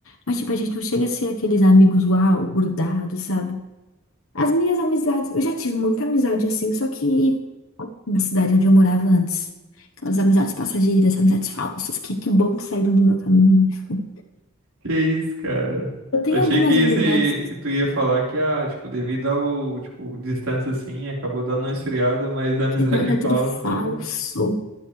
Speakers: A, on the left; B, on the right.
A: Mas, tipo, a gente não chega a ser aqueles amigos uau, grudados, sabe? As minhas amizades, eu já tive muita amizade assim, só que na cidade onde eu morava antes. Aquelas amizades passageiras, amizades falsas, que, que bom que saíram do meu caminho. né?
B: Que isso, cara?
A: Eu tenho
B: Achei
A: algumas
B: que esse
A: amizades
B: que tu ia falar que ah, tipo, devido ao, tipo, distância assim, acabou dando uma esfriada, mas a amizade
A: que nada,
B: <laughs>
A: é
B: falsa
A: tudo falso,